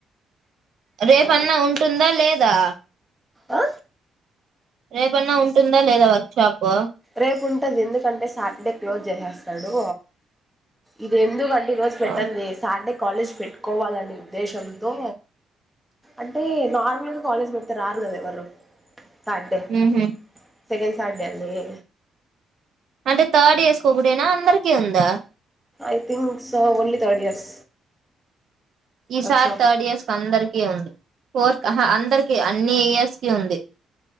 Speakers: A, on the right; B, in the centre.
A: రేపన్నా
B: ఆ,
A: ఉంటుందా లేదా?
B: ఆ
A: రేపన్నా ఉంటుందా లేదా వర్క్ షాపు?
B: రేపు ఉంటది ఎందుకంటే సాటర్డే క్లోజ్ చేసేస్తాడు ఇది ఎందుకం ఈ రోజు
A: సో
B: పెట్టంది సాటర్డే కాలేజ్ పెట్టుకోవాలనే ఉద్దేశంతో అంటే నార్మల్గా కాలేజీ పెడితే రారు కదా ఎవ్వరు సండే,
A: ఉహు
B: సెకండ్ సాట్డే అన్దవే
A: అంటే థర్డ్ ఇయర్స్కోకటెనా అందరికి ఉందా?
B: I think so only third years
A: ఈ
B: వర్క్షాప్
A: సార్ థర్డ్ ఇయర్స్ అందరికీ ఉంది. ఫోర్ ఆహా అందరికి అన్ని ఇయర్స్. కియ ఉంది.